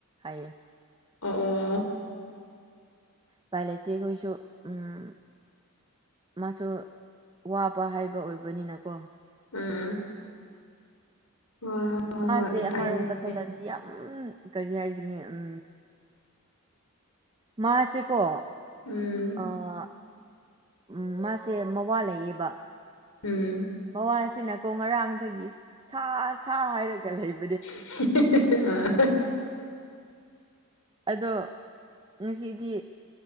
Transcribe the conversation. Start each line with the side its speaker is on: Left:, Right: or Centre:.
Right: ꯍꯥꯏꯌꯦ
Left: ꯑꯣ
Right: ꯄꯥꯏꯂꯩꯇꯦ ꯑꯩꯈꯣꯏꯁꯨ ꯎꯝ ꯃꯥꯁꯨ ꯋꯥꯕ ꯍꯥꯏꯕ ꯑꯣꯏꯕꯅꯤꯅꯀꯣ
Left: ꯎꯝ ꯍꯣꯏ ꯍꯣꯏ
Right: ꯃꯥꯁꯦ
Left: ꯍꯣꯏ ꯎꯄꯥꯏ
Right: ꯑꯃꯔꯣꯝꯗ
Left: ꯂꯩꯇꯦ
Right: ꯈꯜꯂꯗꯤ ꯌꯥꯝ ꯀꯔꯤ ꯍꯥꯏꯒꯅꯤ ꯎꯝ ꯃꯥꯁꯦꯀꯣ
Left: ꯎꯝ
Right: ꯑꯥ ꯎꯝ ꯃꯥꯁꯦ ꯃꯋꯥ ꯂꯩꯌꯦꯕꯥ
Left: ꯎꯝ
Right: ꯃꯋꯥꯁꯤꯅꯀꯣ ꯉꯔꯥꯡꯗꯒꯤ ꯁꯥ ꯁꯥ ꯍꯥꯏꯔꯒ ꯂꯩꯕ
Left: <unintelligible> ꯑꯥ
Right: ꯑꯗꯣ ꯉꯁꯤꯗꯤ